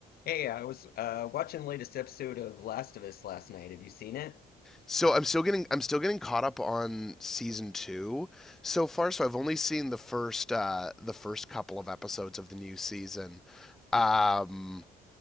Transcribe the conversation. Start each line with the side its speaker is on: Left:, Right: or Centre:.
Left: Hey, I was uh, watching the latest episode of Last of Us last night. Have you seen it?
Centre: So I'm still getting I'm still getting caught up on season two so far. So I've only seen the first uh, the first couple of episodes of the new season. Um,